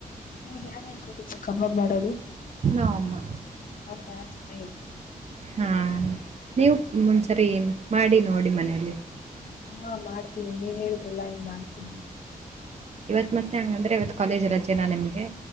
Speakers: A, on the left; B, on the right.
A: ನಿಮಗ ಯಾರ್ ಹೇಳಿ ಕೊಟ್ಟಿದು ಕಬಾಬ್ ಮಾಡೋದು.
B: ನಮ್ಮ ಅಮ್ಮ
A: ಹೌದಾ ಚೆನ್ನಾಗಿ ಹೇಳ್ಕೊ
B: ಹಾ ನೀವು ಒಂದ ಒಂದ್ಸರಿ ಮಾಡಿ ನೋಡಿ ಮನೇಲಿ
A: ಹಾ ಮಾಡ್ತೀನಿ ನೀವ ಹೇಳುದ್ರಲ್ಲ ಇನ್ ಮಾಡ್ತೀವಿ
B: ಇವತ್ತ್ತೆ ಮತ್ತೆ ಹಂಗಂದ್ರೆ ಇವತ್ ಕಾಲೇಜ್ ರಜೆನಾ ನಿಮ್ಗೆ